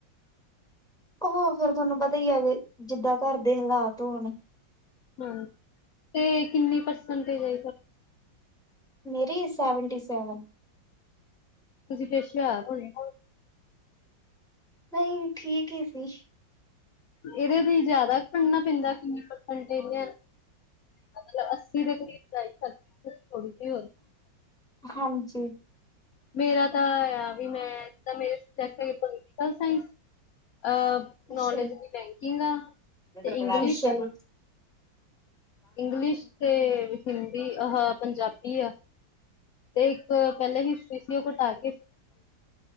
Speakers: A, in the centre; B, on the left (about 60°).
A: ਉਹ ਫੇਰ ਤੁਹਾਨੂੰ ਪਤਾ ਹੀ ਆ ਕਿ ਜਿੱਦਾਂ ਘਰ ਦੇ ਹਾਲਾਤ ਹੋਣ
B: ਹਾਂਜੀ ਤੇ ਕਿੰਨੀ ਪਰਸੈਂਟੇਜ ਆ
A: ਮੇਰੀ ਸੈਵਨਟੀ ਸੈਵਨ
B: ਤੁਸੀਂ ਫੇਰ ਸ਼ਿਆ ਰ ਹੋਣੇ
A: ਨਹੀਂ ਠੀਕ ਹੀ ਸੀ
B: ਇਹਦੇ ਲਈ ਜਿਆਦਾ ਪੜਨਾ ਪੈਂਦਾ ਕਿੰਨੀ ਪਰਸੈਂਟ ਇਹਦੇ ਮਤ ਅੱਸੀ ਦੇ ਕਰੀਬ ਜਾਈਦਾ ਸੀ ਥੋੜੀ ਜੀ ਹੋਰ
A: ਹਾਂਜੀ
B: ਮੇਰਾ ਤਾਂ ਆ ਵੀ ਮੈਂ ਤਾਂ ਮੇਰੇ ਸਬਜੈਕਟ ਹੈਗੇ ਪੋਲੀਟੀਕਲ ਸਾਇੰਸ ਅਹ
A: ਅੱਛਾ
B: ਨੋਲੇਜ
A: ਜੀ ਅੱਛਾ ਜੀ
B: ਬੈਂਕਿੰਗ ਆ
A: ਠੀਕ
B: ਤੇ
A: ਹੈ
B: ਇੰਗਲਿਸ਼
A: ਜੀ
B: ਇੰਗਲਿਸ਼ ਤੇ ਹਿੰਦੀ ਆਹ ਪੰਜਾਬੀ ਆ ਤੇ ਇੱਕ ਪੈਲੇ ਹੀਸ਼ਟਰੀ ਸੀ ਓ ਕਟਾ ਕੇ